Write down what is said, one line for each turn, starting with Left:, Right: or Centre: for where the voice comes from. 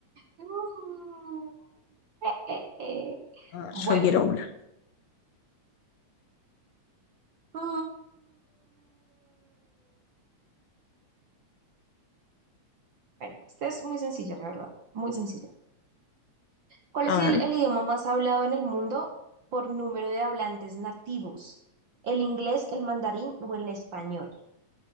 Right: Ujú. Eh, eh, eh.
Left: A ver,
Right: Bueno.
Left: yo quiero una.
Right: Mm. Bueno, esta es muy sencilla, la verdad, muy sencilla. ¿Cuál
Left: A
Right: es el,
Left: ver,
Right: el idioma más hablado en el mundo por número de hablantes nativos? ¿El inglés, el mandarín o el español?